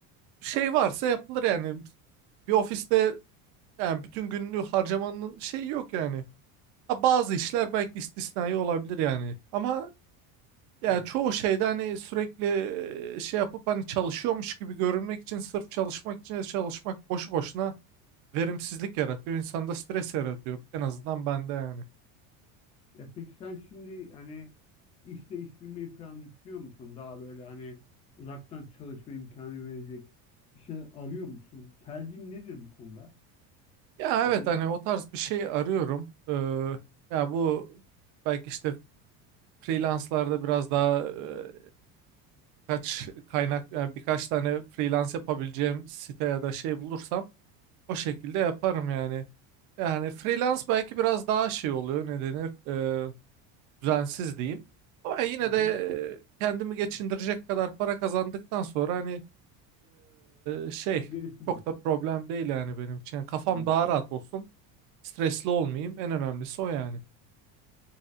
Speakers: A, on the right; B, on the left.
A: şey varsa yapılır yani bir ofiste Yani bütün günlüğü harcamanın şeyi yok yani. Ha, bazı işler belki istisnai olabilir yani. Ama yani
B: evet.
A: çoğu şeyde hani sürekli e, şey yapıp hani çalışıyormuş gibi görünmek için sırf çalışmak için de çalışmak boşu boşuna verimsizlik yaratıyor. İnsanda stres yaratıyor. En azından bende yani.
B: Ya peki sen şimdi hani iş değiştirmeyi falan düşünüyor musun? Daha böyle hani uzaktan çalışma imkanı verecek bir şey arıyor musun? Tercihin nedir bu konuda?
A: Ya
B: Yani,
A: evet hani o tarz bir şey arıyorum. Ee, ya bu belki işte freelance'larda biraz daha e, kaç kaynak yani birkaç tane freelance yapabileceğim site ya da şey bulursam O şekilde yaparım yani. Yani freelance belki biraz daha şey oluyor ne denir e, düzensiz diyeyim. Ama yine
B: hı hı.
A: de e, kendimi geçindirecek kadar para kazandıktan sonra hani e, şey
B: Gerisi
A: çok
B: boş.
A: da problem değil yani benim için. Yani kafam
B: Hı.
A: daha rahat olsun, stresli olmayayım en önemlisi o yani.